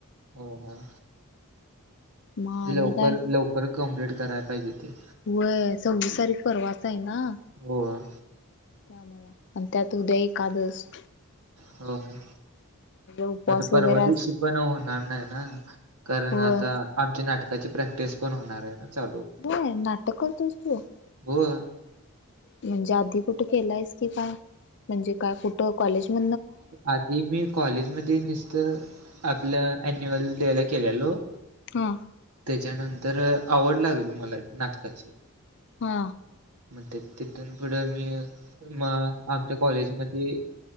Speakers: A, on the right (about 85°); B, on the left (about 55°).
A: हो हां,
B: मग आणि
A: लवकर
B: काय
A: लवकर कम्प्लीट कराय पाहिजे ते.
B: वय सव्वीस तारीख परवाच आहे ना.
A: होय.
B: त्यामुळं आणि त्यात उद्या एकादस
A: होय.
B: उपवास
A: आता परवा
B: वगैरे
A: दिवशी
B: अस
A: पण होणार नाही ना, कारण
B: होय
A: आता आमची नाटकाची प्रॅक्टिस पण होणार आहे ना चालू.
B: होय, नाटक करतोस तू?
A: होय.
B: म्हणजे आधी कुठं केलायस की काय? म्हणजे काय कुठ कॉलेज म
A: अधी मी कॉलेज मध्ये निसत आपल्या अन्युअल डे ला केलेलो
B: हा.
A: त्याच्यानंतर आवड लागली मला नाटकाची.
B: हा.
A: मग तिथ तिथून पुढं मी म आमच्या कॉलेजमध्ये